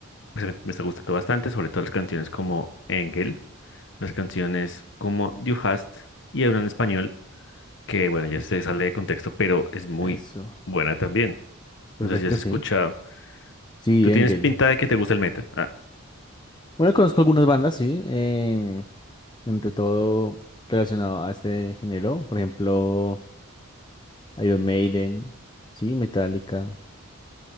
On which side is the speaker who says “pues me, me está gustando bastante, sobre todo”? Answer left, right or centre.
Left